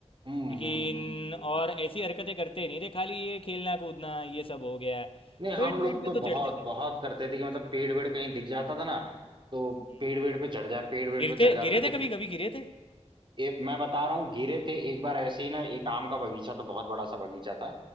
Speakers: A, on the right; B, on the left.
A: हम्म
B: लेकिन
A: हम्म हम्म हम्म।
B: और ऐसी हरकतें करते नहीं थे खाली ये खेलना कूदना ये सब हो गया
A: नहीं
B: पेड़
A: हम
B: पेड़
A: लोग
B: पे
A: तो
B: तो
A: बहुत
B: चढ़ते नहीं
A: बहुत
B: थे
A: करते थे कि मतलब पेड़ वेड़ कहीं दिख जाता था ना तो
B: हम्म।
A: पेड़ वेड़ पे चढ़ जा पेड़ वेड़
B: गिरते
A: पे चढ़ जाते
B: गिरे थे
A: थे
B: कभी कभी गिरे थे
A: ये मैं बता रहा हूँ गिरे थे एक बार ऐसे ही ना एक आम का बगीचा तो बहुत बड़ा सा बगीचा था